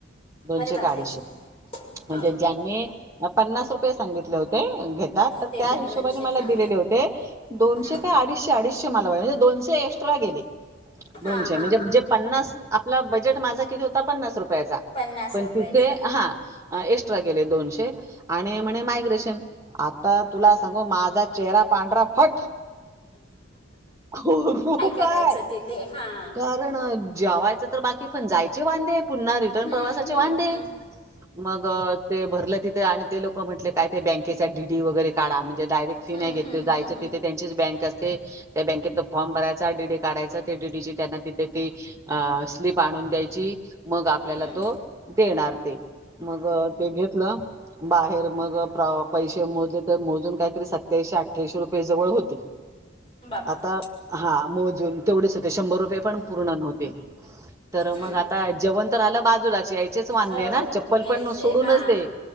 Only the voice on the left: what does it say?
अरे बापरे
हां
ते
दोनशे
हां
हां
हां
हां
हां
पन्नास
रुपयाचा
करायचं तिथे हां
हम्म
हम्म
हम्म
हम्म
हम्म
हम्म हम्म.
मागून
बापरे बापो बापरे
हम्म.
हो
यायचे
हां.